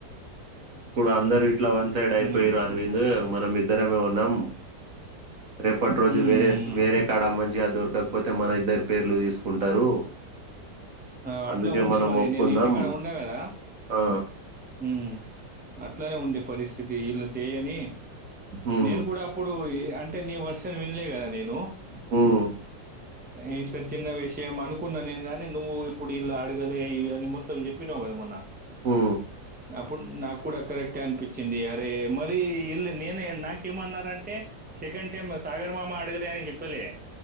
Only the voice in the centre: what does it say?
ఉమ్,
ఉమ్,
ఆ
అట్లా ఉండే
మరి
నేను ఇంటికాడ ఉండ కదా
హు అట్లానే ఉంది పరిస్థితి ఇతి ఇల్ అంతే అని
నేను కూడా అప్పుడు అంటే నీ వర్షన్ వినలే కదా నేను
ఇంత చిన్న విషయం అనుకున్నా నేను గాని నువ్వు ఇప్పుడు ఇల్లా అడగలే ఇవి అని మొత్తం చెప్పినావు కదా మొన్న
అప్పుడు నాకు కూడా కరెక్టే అనిపించింది. అరే మరి ఇల్ళ నేను నాకేమన్నారంటే సెకండ్ టైమ్ సాగర్ మామ అడగలే అని చెప్పలే